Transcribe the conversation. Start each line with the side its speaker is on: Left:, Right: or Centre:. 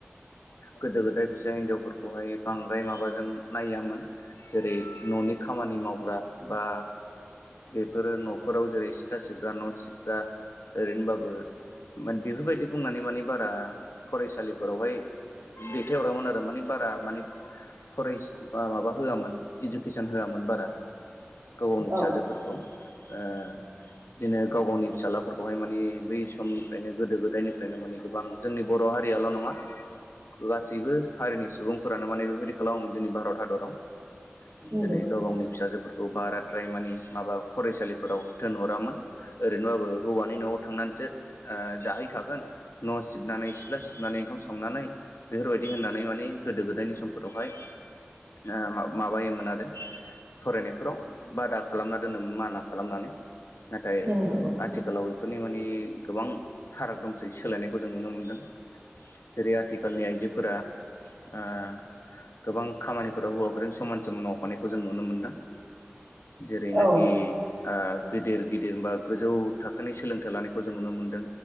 Left: गोदो-गोदाय फिसा हिनजावफोरखौहाय बांद्राय माबाजों नायामोन। जेरै न'नि खामानि मावग्रा बा बेफोरो न'फोराव जेरै सिथ्ला सिबग्रा न' सिब- दा ओरैनोबाबो बेफोरबायदि बुंनानै माने बारा फरायसालिफोरावहाय दैथायहरामोन आरो माने बारा माने फरायस बा माबा होआमोन इडुकेसन होआमोन बारा। गाव गावनि फिसाजोफोरखौ
Right: औ
Left: ओ बिदिनो गाव गावनि फिसालाफोरखौहाय माने बै समनिफ्रायनो गोदो गोदायनिफ्रायनो माने गोबां जोंनि बर' हारियाल' नङा। गासैबो हारिनि सुबुंफोरानो माने बेफोरबायदि खालामोमोन जोंनि भारत हादराव।
Right: नंगौ
Left: जेरै गाव-गावनि फिसाजोफोरखौ बाराद्राय माने माबा फरायसालिफोराव दोनहरामोन। ओरैनोबाबो हौवानि न'आव थांनानैसो ओ जाहैखागोन। न' सिबनानै- सिथ्ला सिबनानै ओंखाम संनानै बेफोरबायदि होननानै माने गोदो-गोदायनि समफोरावहाय ओ माबा-माबायोमोन आरो फरायनायफोराव बादा खालामना दोनोमोन माना खालामनानै। नाथाय
Right: नंगौ
Left: आथि- खालाव बेफोरनि माने गोबां फाराग दंसै सोलायनायखौ जों नुनो मोनदों। जेरै आथिखालनि आइजोफोरा ओ गोबां खामानिफोराव हौवाफोरजों समान समान मावफानायखौ जों नुनो मोनदों। जेरैनाखि
Right: औ
Left: ओ गिदिर गिदिर बा गोजौ थाखोनि सोलोंथाइ लानायखौ जों नुनो मोनदों।